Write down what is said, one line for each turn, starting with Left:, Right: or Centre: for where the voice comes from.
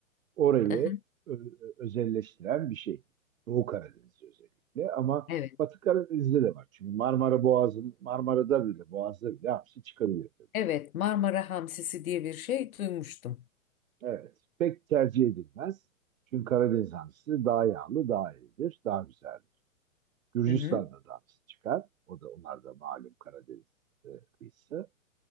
Right: orayı
Left: <laughs>
Right: ö- özelleştiren bir şey. Doğu Karadeniz'de özellikle ama
Left: Evet.
Right: Batı Karadeniz'de de var. Çünkü Marmara Boğazı'nın Marmara'da bile Boğaz'da bile hamsi çıkabilir. tabii.
Left: Evet, Marmara hamsisi diye bir şey duymuştum.
Right: Evet. Pek tercih edilmez. Çünkü Karadeniz hamsisi daha yağlı, daha iyidir, daha güzeldir. Gürcistan'da
Left: Hı hı.
Right: da hamsi çıkar. O da onlar da malum Karadeniz e, kıyısı.